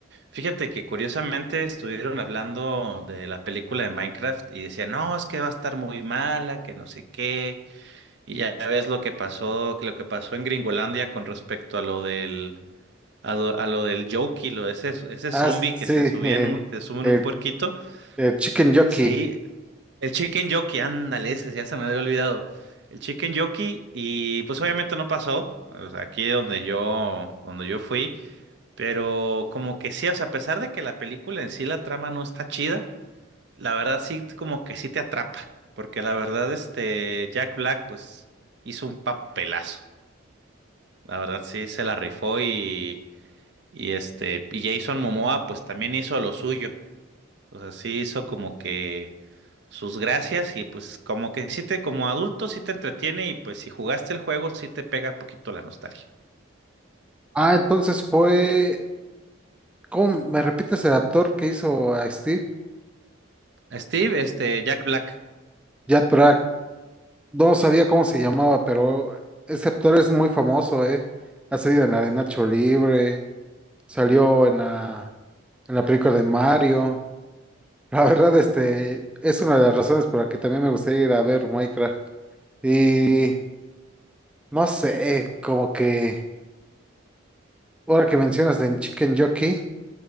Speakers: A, on the right; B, in the centre.
A: fíjate que curiosamente estuvieron hablando de la película de Minecraft y decían, no, es que va a estar muy mala, que no sé qué. Y ya ves lo que pasó, que lo que pasó en Gringolandia con respecto a lo del A lo, a lo del Yoki, lo ese, ese
B: Ah,
A: zombie
B: sí,
A: que se subía
B: el,
A: en un, que se sube en
B: el-
A: un puerquito.
B: el Chicken Jockey.
A: Sí, el Chicken Yoki, ándale, ese ya se me había olvidado. El Chicken Yoki, y pues obviamente no pasó. O sea, aquí donde yo, donde yo fui. Pero como que sí, o sea, a pesar de que la película en sí, la trama no está chida, la verdad sí, como que sí te atrapa. Porque la verdad, este, Jack Black, pues, hizo un papelazo. La verdad sí, se la rifó y. Y este, y Jason Momoa pues también hizo lo suyo. O sea, sí hizo como que sus gracias y pues como que sí te, como adulto sí te entretiene y pues si jugaste el juego sí te pega poquito la nostalgia.
B: Ah, entonces fue. ¿Cómo me repites el actor que hizo a Steve?
A: Steve, este, Jack Black.
B: Jack Black. No sabía cómo se llamaba, pero ese actor es muy famoso, ¿eh? Ha salido en la de Nacho Libre, salió en la, en la película de Mario. La verdad, este, es una de las razones por la que también me gustaría ir a ver Minecraft. Y no sé, como que. Ahora que mencionas del Chicken Jockey,